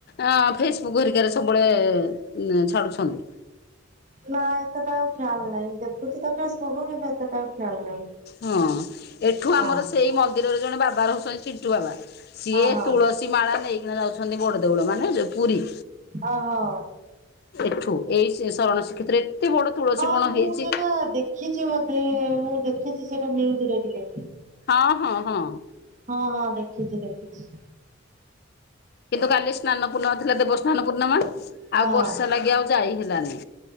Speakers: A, on the left (about 50°); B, on the right (about 40°).
A: ଅ ଫେସବୁକ୍ ହରିକାରେ ସବୁବେଳେ ଉଁ ଛାଡୁଛନ୍ତି।
B: ନା ଏତେ ଟା ଆଉ ଖିଆଲ ନାହିଁ ଦେଖୁଚି ତ ଫେସ୍ ବୁକ୍ କିନ୍ତୁ ଏତେଟା ଆଉ ଖିଆଲ ନାହିଁ।
A: ହଁ ଏଠୁ
B: ହଁ
A: ଆମର
B: ହଁ।
A: ସେଇ ମନ୍ଦିରରେ ଜଣେ ବାବା ରହୁଛନ୍ତି ଚିଟୁ ବାବା ସିଏ
B: ହଁ
A: ତୁଳସୀ ମାଳା ନେଇକି ଯାଉଛନ୍ତି ବଡ଼ଦେଉଳ ମାନେ ପୁରୀ
B: ଓ ହୋ
A: ସେଠୁ ଏଇ ସେ ଶରଣ ଶ୍ରୀକ୍ଷେତ୍ର ଏତେ ବଡ ତୁଳସୀ
B: ହଁ
A: ବଣ
B: ମୁଁ
A: ହେଇଛି।
B: ସେଇଟା ଦେଖିଛି ମାନେ ମୁଁ ଦେଖିଛି ସେଇଟା ନିୟୁଜ୍ ରେ ଦିନେ
A: ହଁ ହଁ ହଁ
B: ହଁ ହଁ ଦେଖିଛି ଦେଖିଛି
A: କିନ୍ତୁ କାଲି ସ୍ନାନ ପୂର୍ଣ୍ଣମା ଥିଲା ଦେବ ସ୍ନାନ ପୂର୍ଣ୍ଣମା
B: ହଁ
A: ଆଉ ବର୍ଷା ଲାଗି ଆଉ ଯାଇ ହେଲାନି